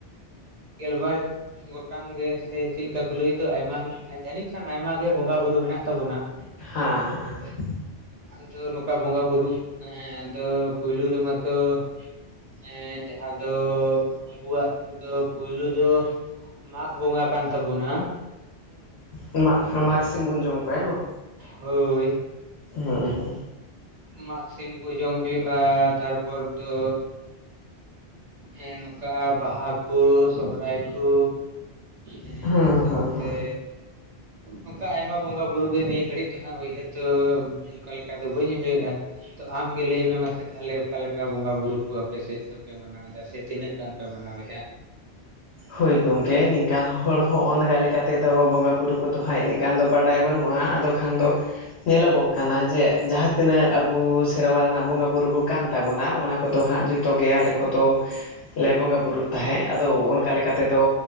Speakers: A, on the right; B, on the left.
A: ᱜᱮᱞᱵᱟᱨ ᱜᱚᱴᱟᱝ ᱜᱮ ᱥᱮ ᱪᱮᱫ ᱞᱮᱠᱟ ᱞᱟᱹᱭ ᱫᱚ ᱟᱭᱢᱟ ᱡᱟᱹᱱᱤᱡ ᱠᱷᱟᱱ ᱟᱭᱢᱟ ᱜᱮ ᱵᱚᱸᱜᱟ ᱵᱩᱨᱩ ᱢᱮᱱᱟᱜ ᱛᱟᱵᱚᱱᱟᱹ ᱾
B: ᱦᱟᱸ ᱦᱟᱸ ᱦᱟᱸ
A: ᱟᱫᱚ ᱱᱚᱝᱠᱟ ᱵᱚᱸᱜᱟ ᱵᱩᱨᱩ ᱦᱮᱸ ᱟᱫᱚ ᱯᱩᱭᱞᱳ ᱨᱮᱢᱟ ᱛᱚ ᱦᱮᱸ ᱡᱟᱦᱟᱸ ᱫᱚ ᱟᱵᱚᱣᱟᱜ ᱫᱚ ᱯᱳᱭᱞᱳ ᱫᱚ ᱢᱟᱜᱽ ᱵᱚᱸᱜᱟ ᱠᱟᱱ ᱛᱟᱵᱚᱱᱟ᱾
B: ᱦᱩᱸ ᱢᱟᱜ ᱢᱟᱜᱽ ᱥᱤᱢ ᱵᱚᱱ ᱡᱚᱢ ᱠᱚᱣᱟ ᱦᱮᱸ ᱵᱟᱝ?
A: ᱦᱳᱭ
B: ᱦᱩᱸ ᱦᱩᱸ
A: ᱢᱟᱜᱽ ᱥᱤᱢ ᱠᱚ ᱡᱚᱢ ᱦᱩᱭᱩᱜᱼᱟ ᱛᱟᱨᱯᱚᱨ ᱫᱚᱻ ᱦᱮᱸ ᱱᱚᱝᱠᱟ ᱵᱟᱦᱟ ᱠᱚ ᱥᱚᱦᱨᱟᱭ ᱠᱚ ᱦᱮᱸ
B: ᱦᱩᱸ
A: ᱥᱟᱶᱛᱮ
B: ᱦᱩᱸ ᱦᱩᱸ
A: ᱱᱚᱝᱠᱟ ᱟᱭᱢᱟ ᱵᱚᱸᱜᱟ ᱵᱩᱨᱩ ᱜᱮ ᱱᱤᱭᱟᱹ ᱜᱷᱟᱹᱲᱤᱡ ᱫᱚᱦᱟᱸᱜ ᱩᱭᱦᱟᱹᱨ ᱫᱚ ᱚᱱᱠᱟ ᱞᱮᱠᱟ ᱫᱚ ᱵᱟᱹᱧ ᱩᱭᱟᱹᱨ᱾ ᱦᱩᱭᱩᱜᱼᱟ ᱛᱚ ᱟᱢ ᱜᱮ ᱞᱟᱹᱭᱢᱮ ᱢᱟᱥᱮ ᱛᱟᱦᱚᱞᱮ ᱚᱠᱟᱮ ᱞᱮᱠᱟ ᱵᱚᱸᱜᱟ ᱵᱩᱨᱩ ᱠᱚ ᱟᱯᱮ ᱥᱮᱫ ᱫᱚᱯᱮ ᱢᱟᱱᱟᱣᱮᱫᱟ ᱥᱮ? ᱛᱤᱱᱟᱹᱜ ᱜᱟᱱ ᱯᱮ ᱢᱟᱱᱟᱣᱮᱫᱼᱟ᱾
B: ᱦᱳᱭ ᱜᱚᱝᱠᱮ ᱱᱤᱝᱠᱟᱱ ᱦᱚᱲ ᱦᱚᱸᱼᱚᱱ ᱱᱚᱝᱠᱟ ᱞᱮᱠᱟ ᱞᱮᱠᱟᱛᱮ ᱛᱮᱫᱚ ᱵᱚᱸᱜᱟ ᱵᱩᱨᱩ ᱩᱱᱠᱩ ᱫᱚ ᱦᱟᱸᱜ ᱤᱱᱟᱹᱜ ᱜᱟᱱ ᱫᱚ ᱵᱟᱰᱟᱭ ᱵᱟᱹᱱᱩᱜᱼᱟ ᱟᱫᱚ ᱠᱷᱟᱱ ᱫᱚ ᱧᱮᱞᱚᱜᱚᱜ ᱠᱟᱱᱟ ᱡᱮ ᱡᱟᱦᱟᱸ ᱛᱤᱱᱟᱹᱜ ᱟᱵᱚ ᱥᱮᱨᱣᱟ ᱨᱮᱱᱟᱜ ᱵᱚᱸᱜᱟ ᱵᱩᱨᱤ ᱠᱚ ᱠᱟᱱ ᱛᱟᱵᱚᱱᱟ ᱚᱱᱟ ᱠᱚᱫᱚ ᱦᱟᱸᱜ ᱡᱩ ᱚᱠᱛᱚ ᱜᱮ ᱟᱞᱮ ᱠᱚᱫᱚ ᱞᱮ ᱵᱚᱸᱜᱟ ᱵᱩᱨᱩᱜ ᱛᱟᱦᱮᱸ ᱟᱫᱚ ᱚᱱᱠᱟ ᱞᱮᱠᱟ᱾ ᱞᱮᱠᱟᱛᱮᱫᱚ